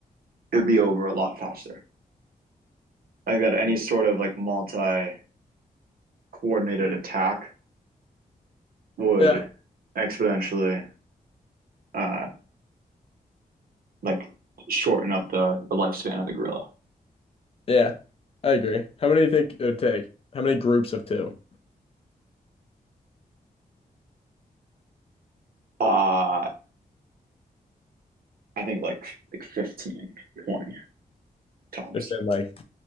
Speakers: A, on the right; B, on the left.
A: it would be over a lot faster. I think that any sort of like multi coordinated attack would
B: Yeah,
A: exponentially uh, like shorten up the, the lifespan of the gorilla.
B: Yeah, I agree. How many do you think it would take? How many groups of two?
A: Uh, I think like like 15, 20 tops.
B: It's been like